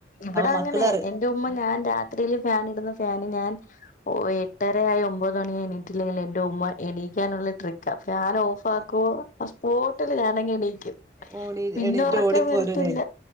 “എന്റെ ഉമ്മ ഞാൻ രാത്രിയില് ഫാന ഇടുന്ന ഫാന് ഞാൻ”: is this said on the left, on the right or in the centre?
Left